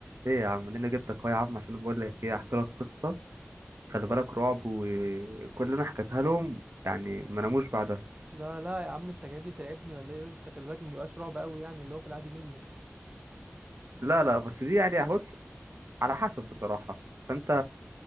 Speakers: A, on the right (about 80°); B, on the right (about 30°).
A: ايه يا عم انا جبتك اهو يا عم عشان بقول لك ايه احكي لك قصه خلي بالك رعب وكل اللي انا حكيتها لهم يعني ما ناموش بعدها
B: لا لا يا عم انت جايبني تلعبني ولا ايه يا اسطى خلي بالك ما بيبقاش رعب قوي يعني اللي هو في العادي منه
A: لا لا بس دي يعني بص على حسب بصراحه فانت